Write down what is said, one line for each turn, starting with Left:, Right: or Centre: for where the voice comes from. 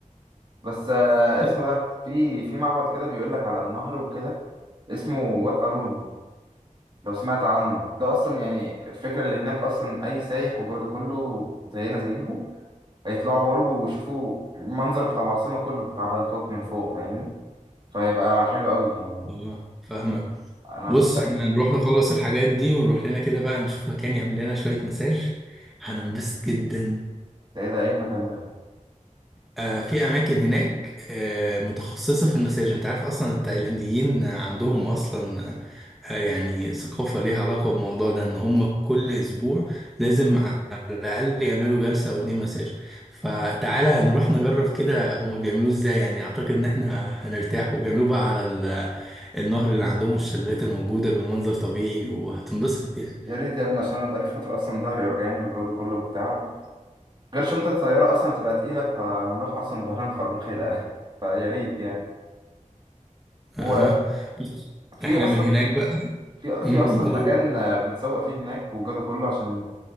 Right: بس آه اسمه
Centre: بس.
Right: ده في في معبد كده بيقول لك على النهر وكده اسمه وات ارون لو سمعت عنه ده اصلا يعني الفكره اللي هناك اصلا اي سايح والجو ده كله زينا زيهم هيطلعوا برج ويشوفوا المنظر بتاع العاصمه كله بتاع بانكوك من فوق فاهمني فهيبقى حلو قوي يعني
Centre: آه، فاهمك
Right: انا
Centre: بص
Right: مست
Centre: احنا نروح نخلص الحاجات دي ونروح لنا كده بقى نشوف مكان يعمل لنا شوية مساج هننبسط جدا
Right: ده ايه ده ايه المكان ده
Centre: آه، في اماكن هناك آه، متخصصه في المساج انت عارف اصلا التايلانديين عندهم اصلا آه، يعني ثقافه ليها علاقه بالموضوع ده ان هم كل اسبوع لازم على الاقل يعملوا جلسه او اتنين مساج فتعالى نروح نجرب كده هم بيعملوه ازاي يعني اعتقد ان احنا هنرتاح وبيعملوه بقى على ال- النهر اللي عندهم الشلالات الموجوده بمنظر طبيعي وهتنبسط يعني
Right: يا ريت يا ابني عشان انا بقالي فتره اصلا ظهري وجعاني والجو ده كله بتاع غير شنطه الطياره اصلا هتبقى تقيله فهنروح اصلا ظهرنا خربان خيلة <laughs> فيا ريت يعني وفي
Centre: اها بص احنا
Right: اصلا
Centre: من هناك بقى
Right: في في
Centre: امم
Right: اصلا مكان
Centre: قول
Right: آه، بنتسوق فيه هناك والجو ده كله عشان